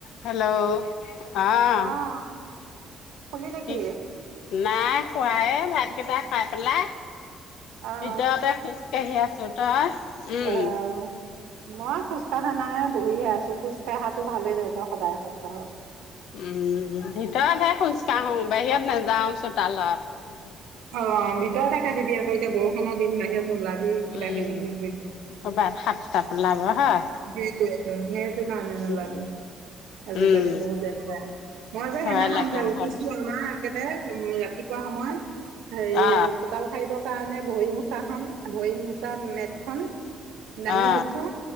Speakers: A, on the left; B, on the right.
A: Hello? অহ,
B: আহ শুলি নেকি
A: কি নাই হোৱা এ ভাতকেইটা খাই পেলাই
B: আহ
A: ভিতৰতে খোজকাঢ়ি আছো, তই? উম
B: অহ, মই খোজ কঢ়া নাই বহিহে আছো। খোজ কঢ়াটো ভালেই দে তই সদায় খোজকাঢ়।
A: উম ভিতৰতহে খোজ কাঢ়ো বাহিৰত নাযাও চোতালত। হয় ।
B: অ ভিতৰতে কাঢ়িবি আক এতিয়া বৰষুৰ দিন বাহিৰত নোলাবি কিনাকিনি
A: উম
B: ঘূৰি ফুৰিবি
A: ক'ৰবাত সাতটা ওলাব হয়
B: সেইটোৱেটো, সেইটো কাৰণে নোলাবি
A: উম
B: ।আজিকালি
A: উম
B: বৰ দেনযাৰ ।মই যে
A: ভয়
B: সেইদিখন
A: লগা
B: যে উঠিছো
A: হ'ল
B: আমাৰ দে উম ৰাতিপুৱা সময়ত হেই
A: অ
B: চুতাল হায়িব কাৰণে ভৰি মোচা খ ভৰি মোচা মেটখন দাঙি
A: অ
B: দিছো,